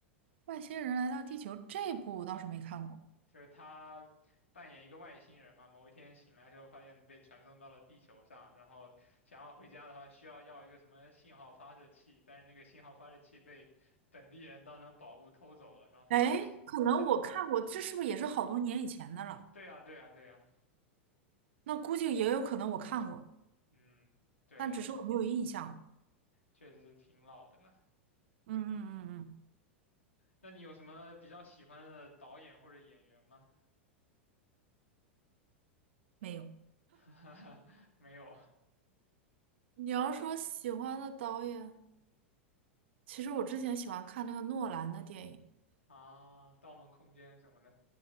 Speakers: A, on the right; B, on the left.
A: 外星人来到地球这部我倒是没看过，
B: 就是他扮演一个外星人嘛，某一天醒来之后发现被传送到了地球上，然后想要回家的话需要要一个什么信号发射器，但是那个信号发射器被本地人当成宝物偷走了，然后他就要想，
A: 哎，可能我看过，
B: 想
A: 这是不是也是好多年以前的了？
B: 对呀，对呀，对呀，
A: 那估计也有可能我看过，
B: 嗯，对，
A: 但只是我没有印象了
B: 确实是挺老的了。
A: 嗯嗯嗯嗯，
B: 那你有什么比较喜欢的导演或者演员吗？
A: 没有。
B: <laughs> 没有
A: 你要说喜欢的导演，其实我之前喜欢看那个诺兰的电影，
B: 啊，《盗梦空间》什么的。